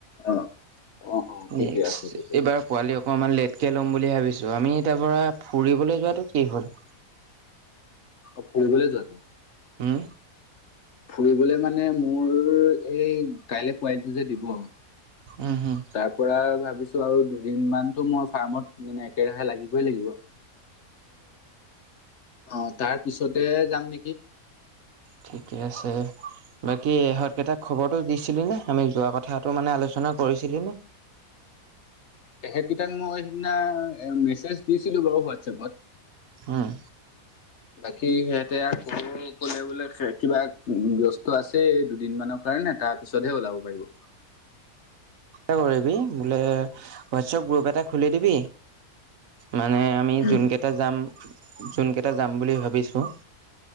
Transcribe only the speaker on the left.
অ অ অ ঠিকে
আছে তেতিয়া
অ', ফুৰিবলৈ যোৱাটো?
ফুৰিবলৈ মানে মোৰ, এই কাইলৈ পোৱালিটো যে দিব তাৰ
পৰা ভাৱিছো, আৰু দুদিনমানটো মই ফাৰ্মত <unintelligible> একেৰাহে লাগিবই লাগিব। অ তাৰ পিছতে যাম নেকি
তেহেঁতকেইটাক মই সেইদিনা মেছেজ দিছিলো বাৰু হোৱাটছএপত।
বাকী সিহঁতে অথনি ক'লে বোলে কিবা ব্যস্ত আছে দুদিনমানৰ কাৰণে, তাৰ পিছতহে ওলাব পাৰিব।
উম